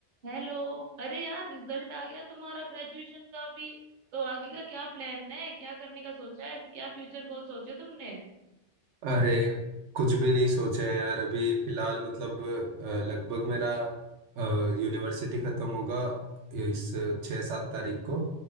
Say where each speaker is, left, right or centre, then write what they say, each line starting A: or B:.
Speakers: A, on the right; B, on the right.
A: हेलो अरे यार रिजल्ट आ गया तुम्हारा ग्रेजुएशन का भी तो आगे का क्या प्लान है क्या करने का सोचा है क्या फ्यूचर गोल सोचे तुमने
B: अरे कुछ भी नहीं सोचे हैं यार अभी फिलहाल मतलब अ, लगभग मेरा यूनिवर्सिटी खत्म होगा इस छः सात तारीख को